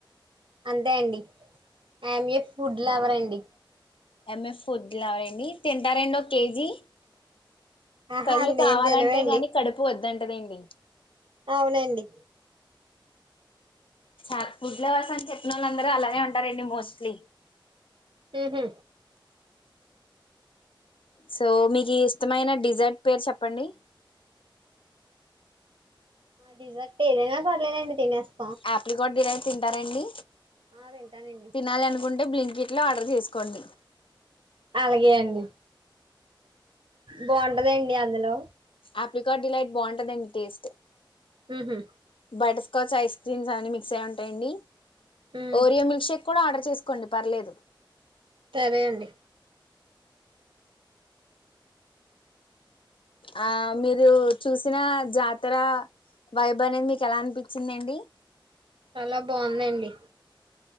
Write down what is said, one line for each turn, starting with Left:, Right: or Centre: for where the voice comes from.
Right: అంతే అండి ఐయాం ఆ ఫుడ్ లవర్ అండి
Left: ఐయాం ఆ ఫుడ్ లవర్ రండి తింటారండి ఒక కేజీ
Right: ఆహా
Left: కళ్ళు
Right: అంతేం
Left: కావాలంటే
Right: తినవండి
Left: గాని కడుపు వద్దంటదండి
Right: అవునండి
Left: నాకు ఫుడ్ల లవర్స్ అని చెప్పినళ్ళ అందరూ అలానే ఉంటారండి మోస్ట్లీ
Right: హుహు
Left: సో మీకి ఇష్టమైన డిజర్ట్ పేరు చెప్పండి
Right: డిజర్ట్ ఏదైనా పర్లేదండి తినస్త
Left: ఆప్రికాట్ డిలైట్ ల తింటారండి
Right: ఆ తింటానండి
Left: తినాలి అనుకుంటే బ్లింకిట్ లో ఆర్డర్ చేసుకోండి
Right: అలాగే అండి బాగుంటదండి అందులో
Left: ఆఫ్రికార్డ్ డిలైట్ బాగుంటుందండి టేస్ట్
Right: ఉహు
Left: బాట స్కాచ్ ఐస్ క్రీమ్స్ అన్ని మిక్స్ అయ ఉంటాయండి
Right: ఉమ్
Left: ఓరియో మిల్క్ షేక్ కూడా ఆర్డర్ చేసుకోండి పర్లేదు
Right: సరే అండి
Left: ఆ మీరు చూసిన జాతర వైబ్ అనేది మీకు ఎలా అనిపించిందిండి
Right: చాలా బాగుందండి